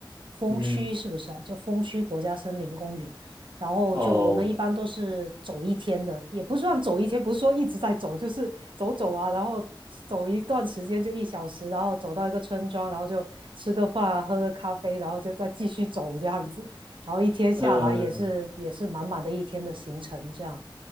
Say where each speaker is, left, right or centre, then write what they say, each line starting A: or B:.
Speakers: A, on the right (about 80°); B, on the right (about 60°).
A: 风区是不是啊？
B: 嗯
A: 就风区国家森林公园，然后就我们一般都是走一天的，
B: 哦
A: 也不算走一天，不是说一直在走，就是走走啊，然后走一段时间就一小时，然后走到一个村庄，然后就吃个饭啊，喝个咖啡，然后就再继续走这样子。然后一天下来也是也是满满的一天的行程，
B: 嗯
A: 这样，